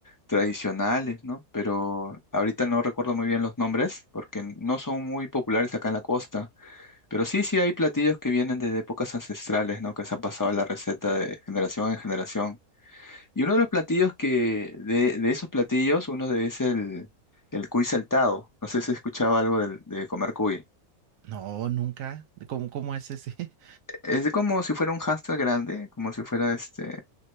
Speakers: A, on the left; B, on the right.
A: tradicionales, ¿no? Pero ahorita no recuerdo muy bien los nombres porque no son muy populares acá en la costa. Pero sí, sí hay platillos que vienen desde épocas ancestrales, ¿no? Que se han pasado la receta de generación en generación. Y uno de los platillos que, de, de esos platillos, uno de es el, el cuy saltado. No sé si escuchaba algo del- de, comer cuy.
B: No, nunca. ¿Cómo, cómo es ese? <laughs>
A: Es como si fuera un hámster grande, como si fuera este.